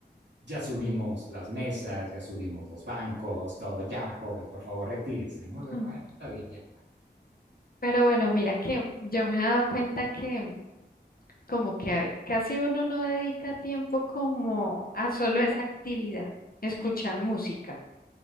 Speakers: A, on the right; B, on the left.
A: ya subimos las mesas, ya subimos los bancos, todo, ya, joven, por favor, retírese, ¿no? Eh,
B: Mm.
A: Bueno, está bien, ya.
B: Pero bueno, mira que yo me he dado cuenta que como que a- casi uno no dedica tiempo como a solo esa actividad, escuchar música.